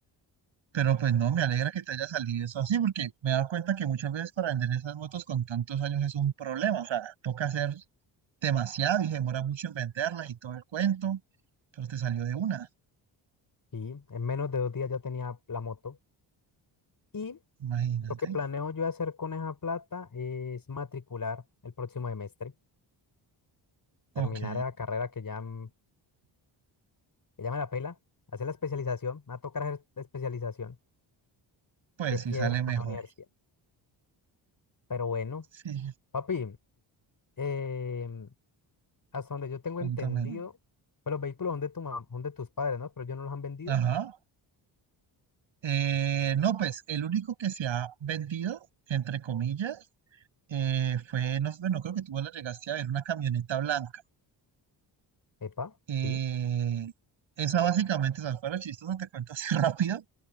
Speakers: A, on the right (about 65°); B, on the left (about 40°).
A: pero pues no, me alegra que te haya salido eso así, porque me he dado cuenta que muchas veces para vender esas motos con tantos años es un problema, o sea, toca hacer demasiado y se demora mucho en venderlas y todo el cuento, pero te salió de una,
B: y en menos de dos días ya tenía la moto. Y
A: imagínate.
B: lo que planeo yo hacer con esa plata es matricular el próximo semestre,
A: Ok,
B: terminar la carrera que ya, m- que ya me la pela, hacer la especialización, me va a tocar hacer especialización
A: pues
B: Qué piedra
A: sí sale
B: con
A: mejor.
B: la universidad. Pero bueno,
A: Sí,
B: papi, em, hasta donde yo tengo
A: póntamelo.
B: entendido, pues los vehículos son de tu mam- son de tus padres, ¿no? Pero ellos no los han vendido.
A: Ajá. Eh, no, pues el único que se ha vendido, entre comillas, eh, fue, no, sé, bueno, creo que tú la llegaste a ver, una camioneta blanca.
B: Epa,
A: Eh,
B: sí.
A: esa básicamente, esas fueron chistosa. te cuento así <laughs> rápido.